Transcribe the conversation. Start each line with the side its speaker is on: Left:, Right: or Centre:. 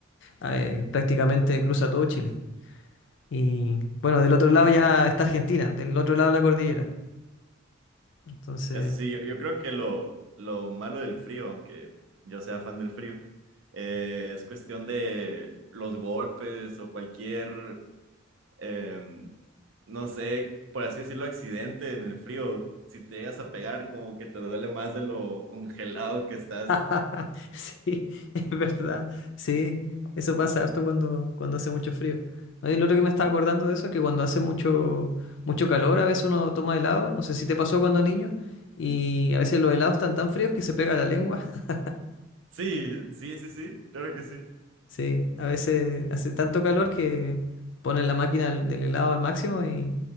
Left: eh, prácticamente cruza todo Chile. Y bueno, del otro lado
Right: Wow.
Left: ya está Argentina, del otro lado de la cordillera. Entonces.
Right: Eso sí, yo, yo creo que lo, lo malo del frío, aunque yo sea fan del frío, eh, es cuestión de los golpes o cualquier, em, no sé, por así decirlo, accidente en el frío. Si te llegas a pegar, como que te duele más de lo congelado que estás.
Left: <laughs> Sí, es verdad. Sí, eso pasa harto cuando, cuando hace mucho frío. Oye, lo otro que me estaba acordando de eso, es que cuando hace mucho, mucho calor, a veces uno toma helado, no sé si te pasó cuando niño, y a veces los helados están tan fríos que se pega la lengua. <laughs>
Right: Sí, sí, sí, sí, claro que sí.
Left: Sí, a veces hace tanto calor que ponen la máquina del del helado al máximo y,